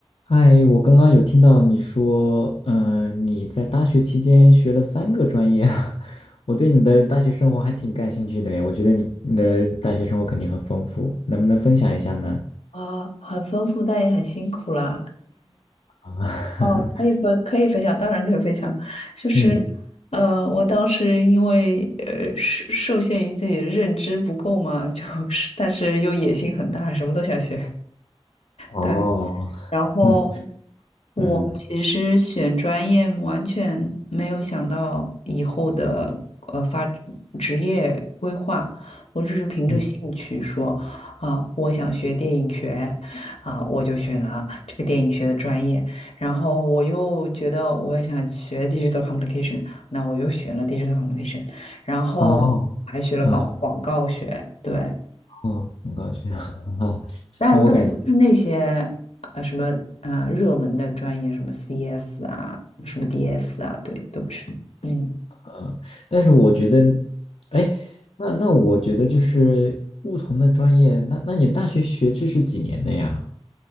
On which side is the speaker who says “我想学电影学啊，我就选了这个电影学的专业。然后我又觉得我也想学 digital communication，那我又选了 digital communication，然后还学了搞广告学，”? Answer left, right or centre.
Left